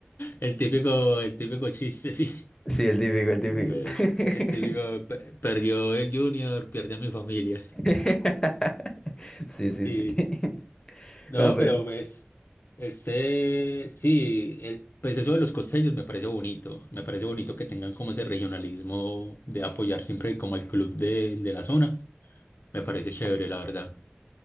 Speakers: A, on the left (about 60°); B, on the left (about 20°).
A: El típico, el típico chiste, sí.
B: Sí, el típico, el típico.
A: Eh,
B: <laughs>
A: sí, El típico, "Pe- perdió el Junior, pierde a mi familia.
B: <laughs> Sí, sí,
A: Sí,
B: sí. <laughs>
A: sí. No,
B: Bueno, pues
A: pero pues, ese, sí, el- pues eso de los costeños me parece bonito. Me parece bonito que tengan como ese regionalismo de apoyar siempre como el club de, de la zona. Me parece chévere, la verdad.